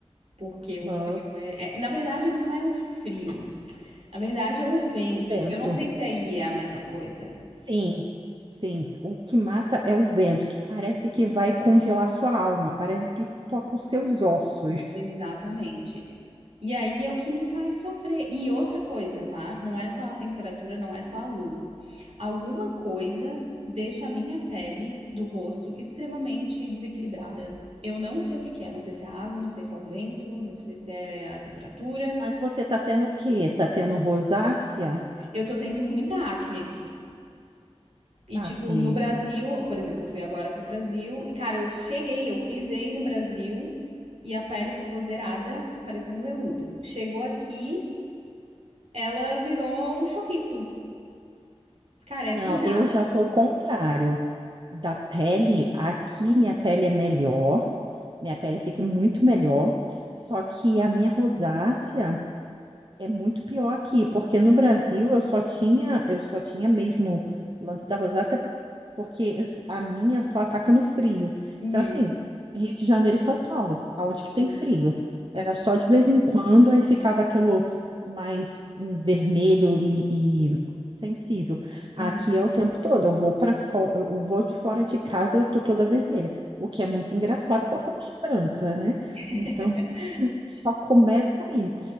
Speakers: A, on the right; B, on the right.
A: Porque
B: aham,
A: o frio é, é- Na verdade, não é o frio. Na verdade, é o vento.
B: É o vento.
A: Eu não sei se aí é a mesma coisa.
B: Sim, sim. O que mata é o vento, que parece que vai congelar sua alma, parece que toca os seus ossos.
A: Exatamente. E aí é o que me faz sofrer. E outra coisa, tá? Não é só a temperatura, não é só a luz. Alguma coisa deixa a minha pele do rosto extremamente desequilibrada. Eu não sei o que que é, não sei se é a água, não sei se é o vento, não sei se é a temperatura.
B: Mas você tá tendo o quê? Tá tendo rosácea?
A: Eu tô tendo muita acne aqui. E
B: Ah,
A: tipo,
B: sim.
A: no Brasil, por exemplo, eu fui agora pro Brasil, cara, eu cheguei, eu pisei no Brasil e a pele ficou zerada, parecia um veludo. Chegou aqui, Ela virou um choquito. Cara, é
B: Não,
A: pisar.
B: eu já sou o contrário da pele. Aqui minha pele é melhor, minha pele fica muito melhor. Só que a minha rosácea é muito pior aqui, porque no Brasil eu só tinha, eu só tinha mesmo o lance da rosácea porque eu- a minha só ataca no frio.
A: Uhum,
B: Então, assim, Rio de Janeiro e São Paulo, aonde que tem
A: sim.
B: frio. Era
A: Aham,
B: só de vez em quando, aí ficava aquilo mais hum, vermelho e, e sensível.
A: uhum.
B: Aqui é o tempo todo, eu vou para fora, eu eu vou fora de casa, eu tô toda vermelha, o que é muito engraçado porque eu não sou branca, né?
A: <laughs>
B: Então, <laughs> só começa aí.